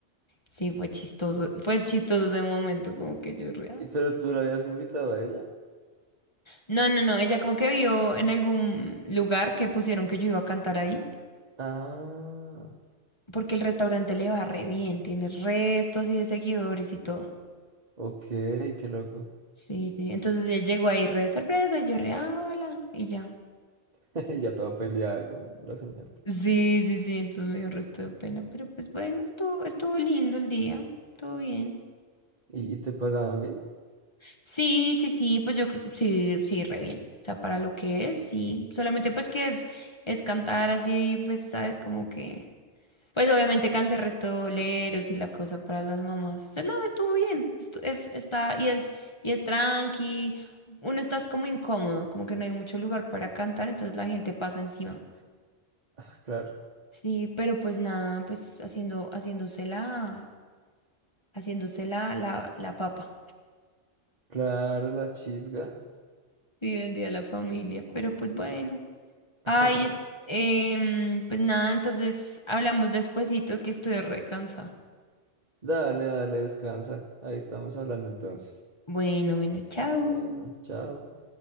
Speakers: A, on the left (about 25°); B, on the right (about 40°).
A: sí, fue chistoso, fue chistoso ese momento, como que yo re, ah.
B: ¿Y pero tú la habías invitado a ella?
A: No, no, no, ella como que vio en algún lugar que pusieron que yo iba a cantar ahí,
B: Ah,
A: porque el restaurante le va re bien, tiene resto así de seguidores y todo.
B: ok, qué loco.
A: Sí, sí. Entonces él llegó ahí re de sorpresa, yo re, "Ah, hola, y ya.
B: <laughs> Ya toda peleada con la señora.
A: Sí, sí, sí, entonces me dio resto de pena, pero pues bueno, estuvo, estuvo lindo el día, todo bien.
B: ¿Y, y te pagaban bien?
A: Sí, sí, sí, pues yo cre- sí, sí, re bien. O sea, para lo que es, sí. Solamente pues que es, es cantar así, pues, sabes, como que. Pues obviamente canté restoleros y la cosa para las mamás. O sea, no, estuvo bien. Estu- es, está, y es, y es tranqui. Uno estás como incómodo, como que no hay mucho lugar para cantar, entonces la gente pasa encima.
B: Ah, claro,
A: Sí, pero pues nada, pues haciendo, haciéndose la, haciéndose la, la, la papa.
B: claro, la chisga.
A: Sí, el día de la familia. Pero pues bueno. Ay,
B: <laughs>
A: es- em, pues nada, entonces hablamos despuesito que estoy recansada.
B: Dale, dale, descansa. Ahí estamos hablando entonces.
A: Bueno, bueno, chao.
B: Bueno, chao.